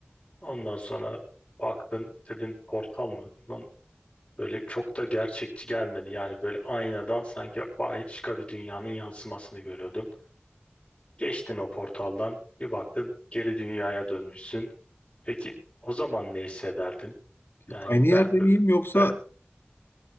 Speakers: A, on the left (about 20°); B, on the left (about 65°).
A: Ondan sonra baktın dedin portal mı? Lan böyle çok da gerçekçi gelmedi. Yani böyle aynadan sanki başka bir dünyanın yansımasını görüyordun. Geçtin o portaldan bir baktın geri dünyaya dönmüşsün. Peki o zaman ne hissederdin? Yani
B: Aynı yerde
A: ben, ben
B: miyim yoksa
A: ben-